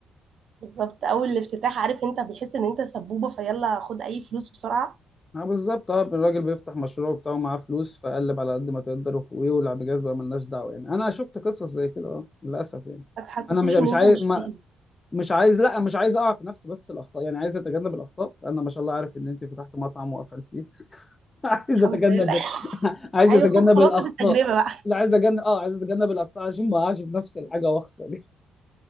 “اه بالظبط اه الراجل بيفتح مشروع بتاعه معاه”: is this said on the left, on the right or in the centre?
Left